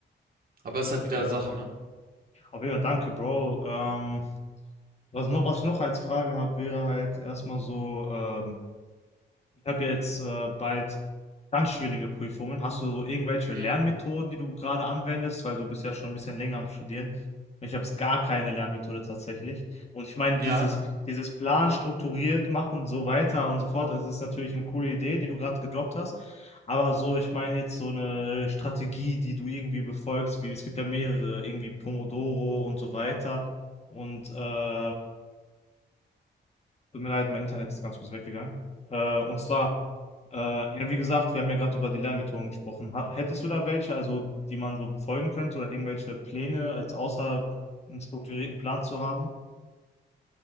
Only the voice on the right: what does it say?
Aber es ist halt wieder
Sache, ne?
Mhm.
Ja,